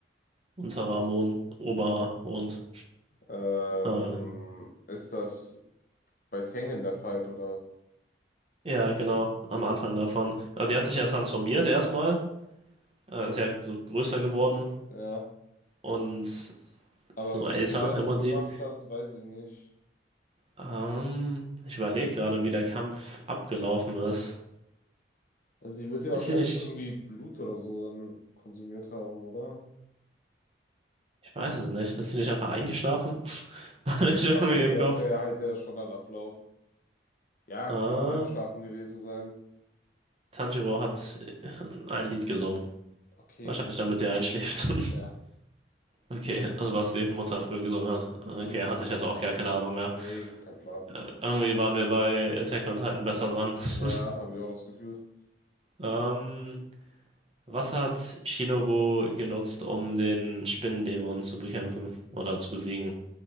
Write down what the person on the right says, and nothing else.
unterer Mond, oberer Mond.
Äh,
ja, genau, am Anfang davon. Also die hat sich ja transformiert erstmal, äh, ist ja so größer geworden
und so
älter
im Prinzip.
Ähm, ich überlege gerade, wie der Kampf abgelaufen ist.
Ist sie nicht,
ich weiß es nicht, ist sie nicht einfach eingeschlafen? <laughs> Ich irgendwie
im
Kopf.
Ah,
Tanjiro hat äh, ein Lied gesungen.
Wahrscheinlich damit der einschläft. <laughs>
Okay, also was die Mutter früher gesungen hat. Okay,
hatte ich jetzt auch gar keine Ahnung mehr.
Äh, Irgendwie waren wir bei Attack on Titan besser dran. <laughs>
Ähm, was hat Shinobu genutzt, um den Spinnendämon zu bekämpfen oder zu besiegen?